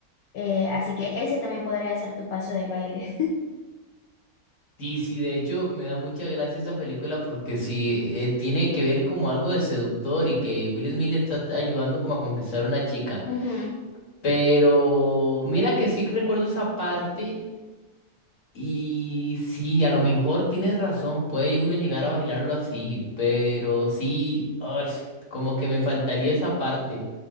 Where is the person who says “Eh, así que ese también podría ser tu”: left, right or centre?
Left